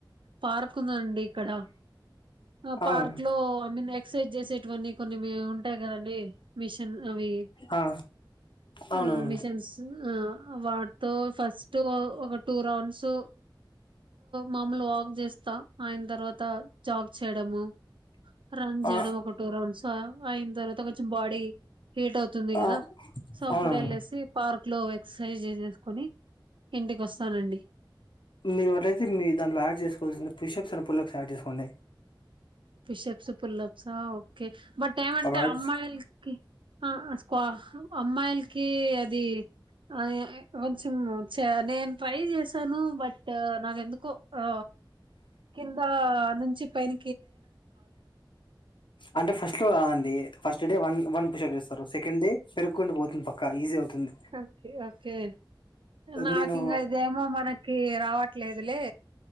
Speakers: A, on the right; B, on the left.
A: పార్క్ ఉందండి ఇక్కడ ఆ
B: అవును
A: పార్క్ లో ఐ మీన్ ఎక్సర్సైజ్ చేసేటువన్న కొన్ని ఉంటాయి కదండి మిషన్ అవి
B: ఆ అవునవును
A: ఆ మిషన్స్ వాటితో ఫస్ట్ ఒక టూ రౌండ్స్ మామూలు వాక్ చేస్తా ఆయన తర్వాత జాగ్ చేయడము రన్
B: ఆ
A: చేయడం ఒక టూ రౌండ్స్ అయిన తర్వాత కొంచెం బాడీ హట్ అవుతుంది
B: ఆ
A: కదా సబ్
B: అవునవును
A: కుప్పుడే వెళ్ లేసి పార్క్ ఇట్లో ఎక్సర్సైజ్ చేసుకుొని ఇంటికి వస్తానండి
B: మీరు ఎవరైతే మీ దానిలో యాడ్ చేసుకోవాల్సింది పిషప్స్ అని పులప్స్ డ్ చేసుకోండి
A: పిషప్స్ పుల్లభస ఓకే బట్ ఏమంటే
B: అవార్డ్స్
A: అమ్మాయిలకి ఆ స్ అమ్మాయిలకి అది ఆ కొంచెం నేను ట్రై చేశాను బట్ నాకు ఎందుకో ఆ కింద నుంచి పైన
B: అంటే ఫస్ట్ లో రాదండి ఫస్ట్ డే వన్ వన్ పష చేస్తారు సెకండ్ ే పెరుగుకుండి పోతుంది పక్క ఈజీ అవుతుంది
A: ఓకే ఓకే నాకు
B: నేను
A: ఇంకా ఇదేమో మనకి రావట్లేదులే